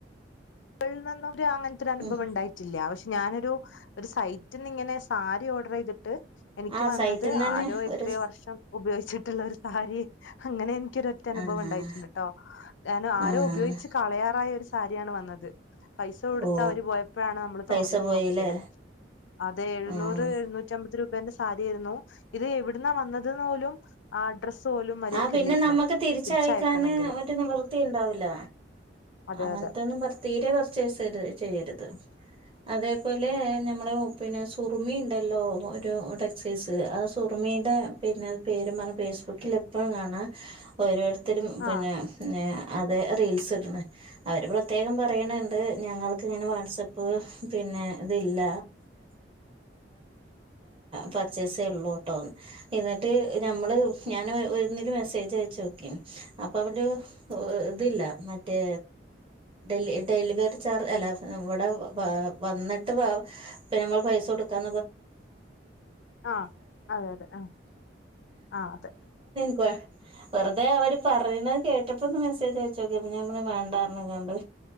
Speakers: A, on the left; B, on the right.
A: കളിനിന്ന് നഅങ്ങനത്തെ ഒരു അനുഭവ
B: ഉം
A: ഉണ്ടായിട്ടില്ലക്ഷെ ഞാനൊരു ഒരു സൈറ്റിൽ നിന്ന് ഇങ്ങനെ സാരി ഓർഡർ ചെയ്തിട്ട് എനിക്ക്
B: ആ
A: വന്നത്
B: സൈറ്റിന്ന് തന്നെ
A: ആരോ എത്രയോ
B: ഒരു
A: വർഷം ഉപയോഗിച്ചിട്ടുള്ള ഒരു സാരി അങ്ങനെ എനിക്കൊ- അനുഭവം
B: ആഹ്
A: ഉണ്ടായിട്ടുണ്ട് കേട്ടോ ഞാൻ ആര
B: ആഹ്
A: ഉപയോഗിച്ച് കളയാറായ ഒരു സാരിയാണ് വന്നത് പൈസ കൊടുത്താ
B: ഓ
A: അവര് പോയപ്പോഴാണ് നമ്മള്
B: പൈസ
A: തുറന്നു
B: പോയില്ലേ
A: നോക്കിയത് അതെ എഴുന്നൂറ്
B: ആഹ്
A: എഴുന്നൂറ്റിമ്പത് രൂപ ന്റെ സാരിയായിരുന്നു ഇത് എവിടുന്ന വന്നത്െന്ന് പോലും ആ അഡ്രസ്സ് പോലും മര്യാദക്കില്ലായിരുന്നു
B: ആഹ പിന്നെ നമ്മക്ക് തിരിച്ചയക്കാന്
A: തിരിച്ചയക്കണെങ്കില്
B: ഒരു നിവൃത്തി ഉണ്ടാവില്ല
A: അതെ
B: അങ്ങനത്തെൊന്നും
A: അതെ
B: തീരെ പർച്ചേസ് ചെയ്യരുത് അതേപോലെ നഞമ്മളെ പിന്നെ സുറമി ഉണ്ടല്ലോ ഒരു ടെക്സൈസ് ആ സുറമി മ്മീുടെ പിന്നെ പേരുമാണ് ഫേസ്ബുക്കില ഇപ്പഴ കാണാ ഓരോരുത്തരും പിന്നെ
A: ആഹ്
B: അത റീൽസ് ഇട അവര് പ്രത്യേകം പറയണണ്ട് ഞങ്ങൾക്ക് ഇങ്ങെ വാട്സപ്പ് പിന്നെ സിൽ പച്ചള്ളൂട്ടോ എന്ന നമ്മള് ഞാൻ ഇരു മെസ്സേജ് അയച്ച നോക്കി അപ്പൊ അവര് ഇതില്ല മറ്റേ ഡെല ഡെലിവറി ചാർജ് അല്ല നമ്മടെ വന്നിട്ട് പിന്ന നമ്മൾ പൈസ കൊടുക്കാ
A: ആഹ് അതെ അതെ ആഹ് ആഹ് അതെ
B: ഞ വ വെറുതെ അവര് പറയുന്നത് കേട്ടപ്പോ ഒന്ന് മെസ്സേജ് അയച്ചോക്കെമ്മ വേണ്ടാരന കണ്ട്